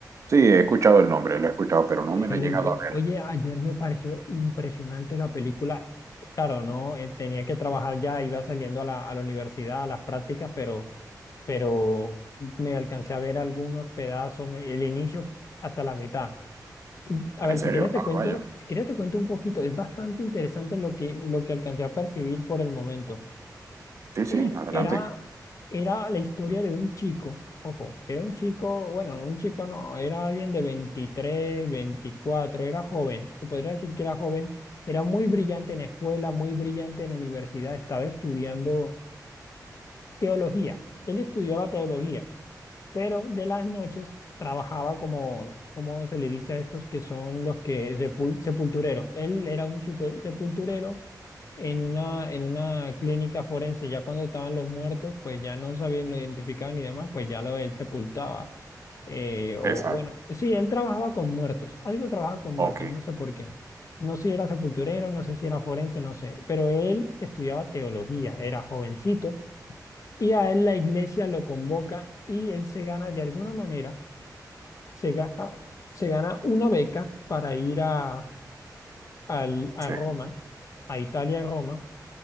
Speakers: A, on the right; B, on the left.
A: sí, he escuchado el nombre, lo he escuchado, pero no
B: El
A: me
B: Rito.
A: lo he llegado a
B: Oye,
A: ver.
B: ayer me pareció impresionante la película. Claro, no, Eh, tenía que trabajar ya, iba saliendo a la, a la universidad, a las prácticas, pero pero me alcancé a ver algunos pedazos, me- el inicio hasta la mitad. A ver,
A: ¿En serio?
B: si quieres te
A: Ah,
B: cuento,
A: vaya.
B: si quieres te cuento un poquito, es bastante interesante lo que, lo que alcancé a percibir por el momento.
A: Sí, sí,
B: Era,
A: adelante.
B: era, era la historia de un chico, ojo, era un chico, bueno, no un chico, no, era alguien de 23 veinticuatro era joven, se podría decir que era joven, era muy brillante en escuela, muy brillante en universidad, estaba estudiando teología, él estudiaba teología pero de las noches trabajaba como, como se le dice a estos que son los que sepul- sepultureros. Él era un supu- sepulturero en una, en una clínica forense. Ya cuando estaban los muertos, pues ya no sabían, lo identificaban y demás, pues ya lo él sepultaba. Eh, o
A: Esa.
B: bueno, sí, él trabajaba con muertos, algo trabajaba con
A: Ok,
B: muertos, no sé por qué. No sé si era sepulturero, no sé si era forense, no sé, pero él estudiaba teología, era jovencito y a él la iglesia lo convoca y él se gana de alguna manera se gana, se gana una beca para ir a, al- a
A: sí.
B: Roma, a Italia, Roma